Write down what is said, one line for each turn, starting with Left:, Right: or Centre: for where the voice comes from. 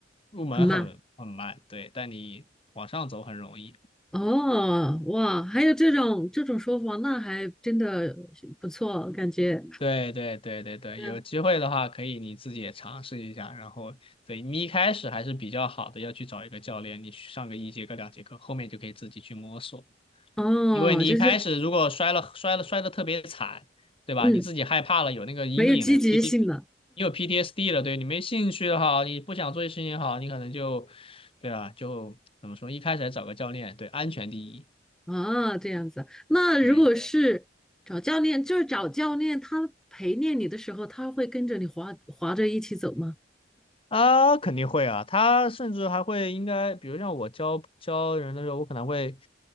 Left: 入门很很慢，
Centre: 很慢
Left: 对，但你往上走很容易。
Centre: 哦，哇，还有这种这种说法，那还真的是不错，感觉，
Left: 对对对对对，
Centre: 嗯，
Left: 有机会的话可以你自己也尝试一下，然后对你一开始还是比较好的，要去找一个教练，你去上个一节课两节课，后面就可以自己去摸索。
Centre: 哦，
Left: 因为你一开始如果摔了摔了摔的特别惨，
Centre: 就是
Left: 对吧？
Centre: 嗯，
Left: 你自己害怕了，有那个阴影了，
Centre: 没有积极性了
Left: 有 PT，你有 PTSD 了，对，你没兴趣的好，你不想做这事情也好，你可能就，对吧？就怎么说，一开始还找个教练，对，安全第一，
Centre: 啊，这样子。那如果是找教练，
Left: 对。
Centre: 就是找教练，他陪练你的时候，他会跟着你滑滑着一起走吗？
Left: 啊，肯定会啊，他甚至还会应该，比如像我教教人的时候，我可能会